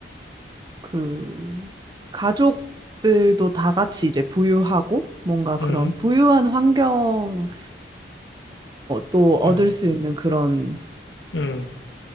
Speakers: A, on the right; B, on the left.
A: 그 가족들도 다 같이 이제 부유하고 뭔가 그런
B: 음,
A: 부유한 환경에서 또 얻을
B: 음,
A: 수 있는 그런
B: 음,